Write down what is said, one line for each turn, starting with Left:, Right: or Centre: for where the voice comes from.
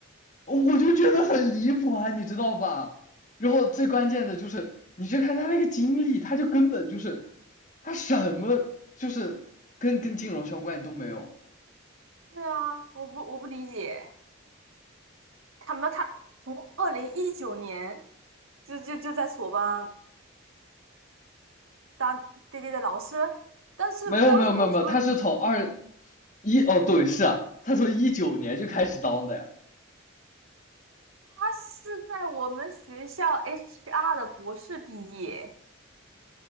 Left: 我就觉得很离谱啊，你知道吧？然后最关键的就是，你去看他那个经历，他就根本就是，他什么就是跟跟金融相关都没有，
Right: 对啊，我不我不理解。他们他从二零一九年就就就在索邦当对对的老师，但是不知道为什么我除了
Left: 没有没有没有没有，他是从二一哦对是啊，他从一九年就开始当的呀。
Right: 他是在我们学校 HR 的博士毕业，